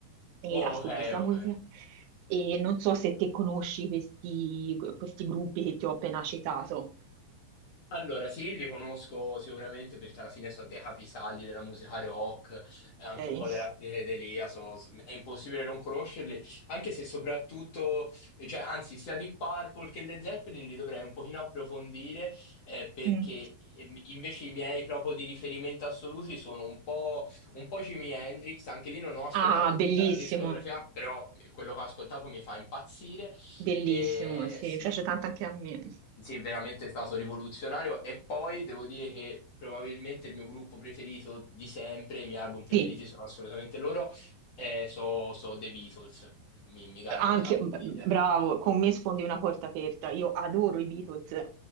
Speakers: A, on the right; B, on the left.
A: E
B: Oh,
A: ascolto
B: ok,
A: sia musica.
B: ok.
A: E non so se te conosci questi, questi gruppi che ti ho appena citato.
B: Allora, sì, li conosco sicuramente perché alla fine sono dei capisaldi della musica rock, eh, anche
A: Ok.
B: un po' della psichedelia, so- so- è impossibile non conoscerli, anche se soprattutto, cioè, anzi, sia di Purple che le Zeppelin li dovrei un pochino approfondire, eh, perché
A: Mm.
B: ehm, invece i miei proprio di riferimento assoluti sono un po', un po' Jimi Hendrix, anche lì non ho ascoltato
A: Ah, bellissimo,
B: tutta la discografia, però quello che ho ascoltato mi fa impazzire.
A: bellissimo,
B: E
A: sì,
B: sì,
A: mi piace tanto anche a me.
B: sì, veramente è stato rivoluzionario. E poi devo dire che probabilmente il mio gruppo preferito di sempre, i miei album preferiti
A: Sì.
B: sono assolutamente loro, e so, so The Beatles. Mi, mi garbano
A: Anche,
B: da morire.
A: b- bravo, con me sfondi una porta aperta. Io adoro i Beatles,